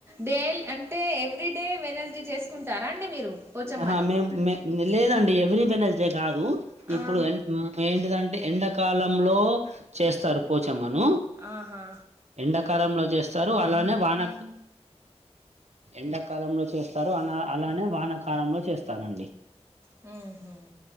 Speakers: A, on the right; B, on the right.
A: డేల్ అంటే ఎవ్రీడే వెడ్నెస్డే చేసుకుంటారా అండి మీరు పోచమ్మని.
B: ఆహా మేం మే లేదండి ఎవ్రీ వెడ్నెస్డే కాదు ఇప్పుడు
A: ఆ
B: ఎన్ మేన్ లేదంటే ఎండకాలంలో చేస్తారు పోచమ్మ ను
A: ఆహా
B: ఎండాకాలంలో చేస్తారు అన్ అలానే వాన క్ ఎండాకాలంలో చేస్తారు, అ అలానే వానకాలంలో చేస్తారండి.
A: హు హ్మ్